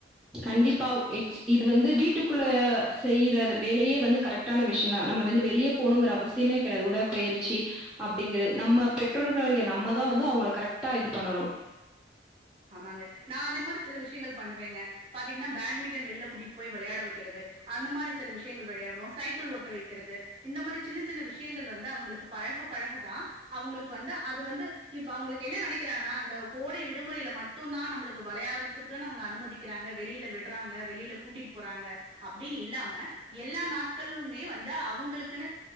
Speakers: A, in the centre; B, on the right (about 30°).
A: கண்டிப்பா எக்ஸ் இது வந்து வீட்டுக்குள்ள செய்யற வேலையே வந்து கரெக்டான விஷயம் தா நம்ம வந்து வெளிய போகணுங்கிற அவசியமே கிடையாது உடற்பயிற்சி அப்டிங்கீறது நம்ம பெற்றோர்களாகிய நம்மதா வந்து அவங்க கரெக்டா இது பண்ணணும்
B: ஆமாங்க நா அந்த மாரி சில விஷயங்கள் பண்ணுவேங்க பாத்தீங்கன்னா பேட்மிண்டன் வெளில கூட்டிட்டு போய் விளையாட வைக்கிறது அந்த மாரி சில விஷயங்கள் விளையாடுவோம் சைக்கிள் ஓட்ட வைக்கிறது இந்த மாரி சின்ன சின்ன விஷயங்கள் வந்து அவங்களுக்கு பழக பழகதா அவங்களுக்கு வந்து அது வந்து இப்ப அவங்களுக்கு என்னா நினைக்கிறாங்கன்னா அந்த கோடை விடுமுறையில மட்டும்தா நம்மளுக்கு விளையாடறதுக்குனு அனுமதிக்கிறாங்க வெளில விட்றாங்க வெளில கூட்டிட்டு போறாங்க அப்டின்னு இல்லாம எல்லா நாட்களுமே வந்து அவங்களுக்குனு